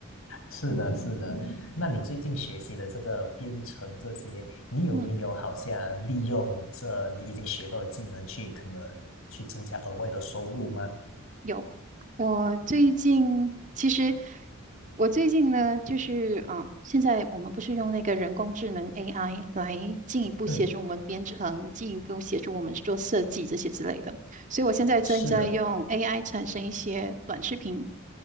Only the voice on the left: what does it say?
是的，是的。那你最近学习的这个编程这些，你有没有好像利用这你已经学到的技能去可能去增加额外的收入吗？
对，
是的。